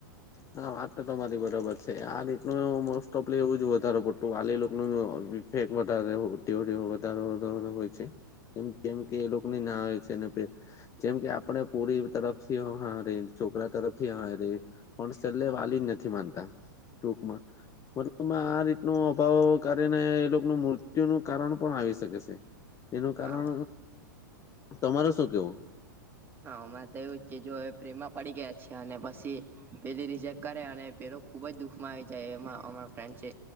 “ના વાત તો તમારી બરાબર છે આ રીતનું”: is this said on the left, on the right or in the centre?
Left